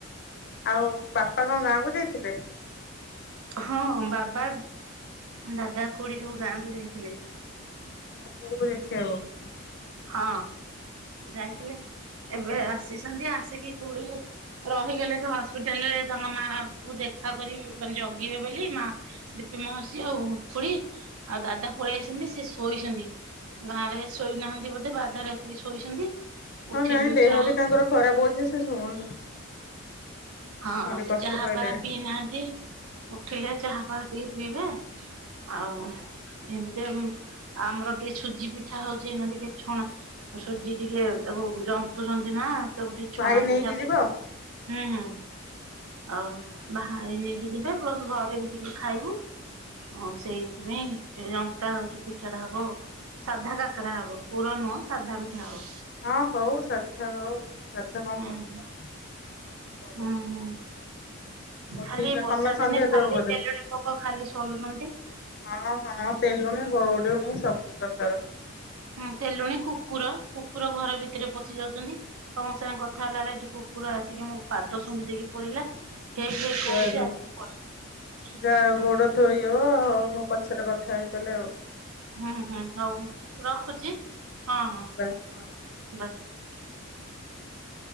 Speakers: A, on the left; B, on the right.
A: ଆଉ ବାପା କଣ ଗାଁ କୁ ଯାଇଥିଲେ?
B: ହଁ ବାବା, ଦାଦା, ଖୁଡ଼ି ସବୁ ଗାଁ କୁ ଯାଇଥିଲେ।
A: ମୋ ବୋଉକୁ ଦେଖିବାକୁ।
B: ହଁ ଯାଇଥିଲେ ଏବେ ଆସିଛନ୍ତି ଆସିକି କୋଡ଼ିଏ ରହିଗଲେ ସେ ହସ୍ପିଟାଲ ରେ ତାଙ୍କ ମାଙ୍କୁୁ ଦେଖା କରିଏ ମାନେ ଜଗିବେ ବୋଲି ମା ଦୀପି ମାଉସୀ ଆଉ ଖୁଡ଼ି ଆଉ ଦାଦା ପଳେଇ ଆସିନ୍ତି ସେ ଶୋଇଛନ୍ତି। ଗାଁ ରେ ଶୋଇନାହାନ୍ତି ବୋଧେ ବାଧାରେ ଆସିକି ଶୋଇଛନ୍ତି। ଉଠିଲି
A: ହଁ ନାଇଁ ଦେହ
B: ଚାହା
A: ବି ତାଙ୍କର ଖରାପ ହଉଛି ସେ ଶୁଅନ୍ତୁ।
B: ହଁ
A: ଭାରି
B: ସେ
A: କଷ୍ଟ
B: ଚାହା
A: ପାଇଲେଣି
B: ଫାହା ପିଇ ନାହାନ୍ତି। ଉଠିଲେ ଚାହା ଫାହା ଟିକେ ପିଇବେ। ଆଉ ଏମିତି ଆଉ ଆମର ଟିକେ ସୁଜି ପିଠା ହଉଛି ଏଇନା ଟିକେ ଛୁଣା ସୂଜି ଟିକେ ତାକୁ ଜନ୍ତୁଛନ୍ତି ନା। ତାକୁ ଟିକେ ଛଣା
A: ଭାଇ ନେଇକି
B: ପିଠା
A: ଯିବ
B: ବେ
A: ହଁ
B: ହୁଁ ହୁଁ ଆଉ ବାହାଇ ନେଇକି ଯିବେ। ପ୍ଲସ୍ ଘରେ ବି ଟିକେ ଖାଇବୁ ଆଉ ସେଇଥିପାଇଁ। ଜନ୍ତା ହଉଛି ପିଠା ଟା ହବ ଆଉ ସାଧା କାକରା ହବ ପୁର ନୁହଁ ସାଧା ପିଠା ହବ।
A: ହଁ ହଉ ସାଧା ହଉ ସାଧା କଣ
B: ହୁଁ।
A: ଭଲ ହଉ।
B: ହୁଁ ହୁଁ
A: ହଉ
B: ଖାଲି
A: ଠିକ ଅଛି
B: ବର୍ଷା
A: ତମେ ସନ୍ଧ୍ୟା
B: ଦିନେ ଖାଲି
A: ଦବ ବୋଧେ
B: ତେଲୁଣି ପୋକ ଖାଲି ସଲୁଛନ୍ତି।
A: ହଁ ହଁ ତେଲୁଣି ଗଉଡୁଣି ସବୁ ପ୍ରକାର।
B: ହଁ ତେଲୁଣି, କୁକୁର। କୁକୁର ଘର ଭିତରେ ପଶି ଯାଉଛନ୍ତି। ତମ ସାଙ୍ଗେ କଥା ହେଲା ବେଳେ ଏଠି କୁକୁର ଆସିକି ମୋ ପାଦ ଶୁଙ୍ଘି ଦେଇକି ପଳେଇଲା। ହେକ୍ ହେକ୍ କହୁଛି
A: ଯା ଯା
B: ଆସିକି ପଳେଇଲା
A: ଯା
B: ହୁଁ
A: ଗୋଡ ଧୋଇହବ ମୋ ପା ସେଟା କଥା ହେବି ତାହେଲେ ଆଉ।
B: ହୁଁ ହୁଁ ହଉ ରଖୁଛି ହଁ ହଁ
A: ବାଏ। ହଁ ବାଏ।
B: ବାଏ।